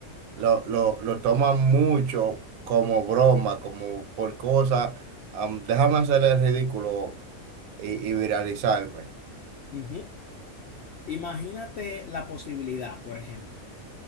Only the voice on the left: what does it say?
ujú. Imagínate la posibilidad, por ejemplo.